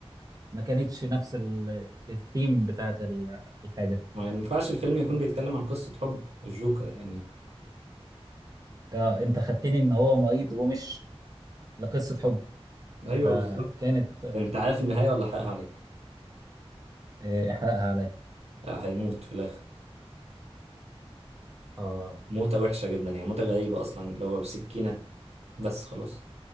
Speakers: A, on the right; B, on the right.
A: ما كانتش نفس ال... الثيم بتاعت ال... الحاجة
B: ما ينفعش الفيلم يكون بيتكلم عن قصة حب الجوكر يعني
A: آه أنت خدتني إن هو مريض ومش لقصة حب
B: ايوه
A: فكانت
B: بالظبط ده انت عارف النهاية ولا حقها عليك
A: آه، إحراقها عليا
B: آه، هيموت في الاخر
A: آه
B: موتة وحشة جدا يعني موتة غريبة اصلا اللي هو بسكينة بس خلاص